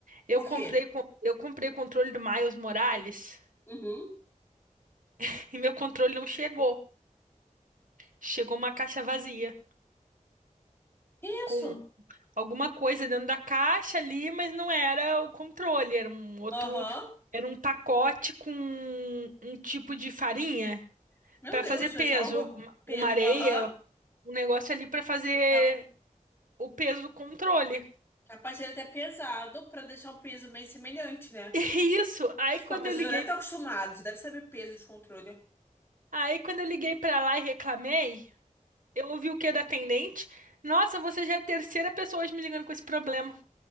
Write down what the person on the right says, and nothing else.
Eu
comprei,
con- eu comprei controle do Miles Morales
<laughs> e meu controle não chegou. Chegou uma caixa vazia,
com
alguma coisa dentro da caixa ali, mas não era o controle, era um outro,
era um pacote com um tipo de farinha
para
fazer peso,
uma
uma areia,
um negócio ali para fazer
o peso do controle.
<laughs> Isso. Aí
quando
eu liguei,
aí quando eu liguei pra lá e reclamei, eu ouvi o que da atendente? Nossa, você já é a terceira pessoa hoje me ligando com esse problema.